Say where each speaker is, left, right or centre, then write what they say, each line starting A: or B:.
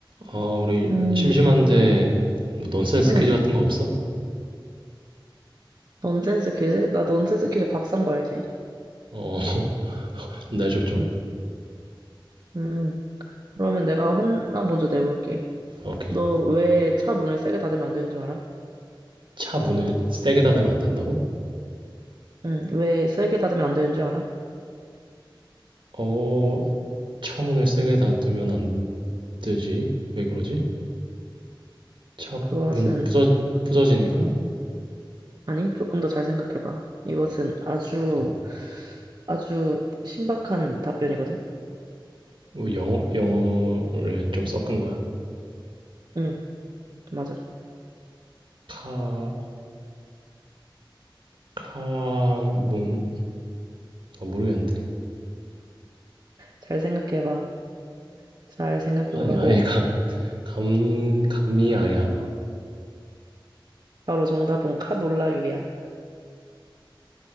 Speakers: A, on the right; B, on the right.
A: 아, 우리
B: 음,
A: 심심한데 뭐 넌센스
B: 응.
A: 퀴즈 같은 거 없어?
B: 넌센스 퀴즈? 나 넌센스 퀴즈 박사인 거 알지?
A: 어, <laughs> 좀 내줘 좀.
B: 응. 음. 그러면 내가 하나 먼저 내볼게.
A: 아, 오케이.
B: 너 왜 차 문을 세게 닫으면 안 되는 줄 알아?
A: 차 문을 세게 닫으면 안 된다고?
B: 응. 왜 세게 닫으면 안 되는 줄 알아?
A: 어, 차 문을 세게 닫으면 안 되지. 왜 그러지? 차
B: 그것은,
A: 문 부서 부서지니까?
B: 아니, 조금 더 잘 생각해봐. 이것은 아주,
A: 어,
B: 아주 신박한 답변이거든?
A: 뭐 영어 영어를 좀 섞은 거야?
B: 응. 맞아.
A: 카, 카, 문, 어, 모르겠는데.
B: 잘 생각해봐. 잘 생각해보라고.
A: 아니, 아예 감, 감, 감이 아예 안 와.
B: 바로 정답은 카놀라유야.